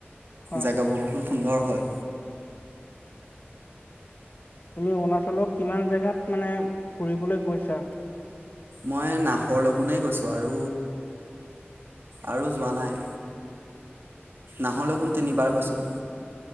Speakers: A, on the left; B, on the right.
A: হয়
B: জেগাবোৰ বহুত সুন্দৰ হয়।
A: তুমি অৰুণাচলৰ কিমান জেগাত মানে ফুৰিবলৈ গৈছা?
B: মই নাহৰ লগোনেই গৈছোঁ আৰু আৰু যোৱা নাই, নাহৰলগুন
A: হয়
B: তিনিবাৰ গৈছো।